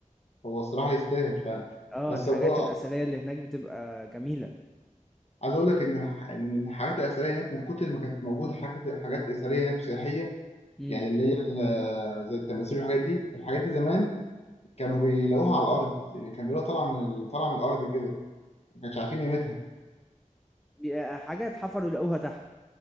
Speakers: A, on the left (about 50°); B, in the centre.
A: هو الصراحه يستاهل فعلا
B: اه
A: بس
B: الحاجات
A: هو
B: الأثرية اللي هناك بتبقى جميلة
A: عايز اقول لك ان الح- ان الحاجات الاثريه هناك من كتر ما كانت موجوده حاجات حاجات اثريه هناك سياحيه
B: امم
A: يعني اللي هي ال- زي التماثيل والحاجات دي الحاجات دي زمان كانوا بيلاقوها على الارض يعني كانوا بيلاقوها طالعه من ال- طالعه من الارض كده ما كانش عارفين قيمتها
B: بيبقى حاجة اتحفروا لقوها تحت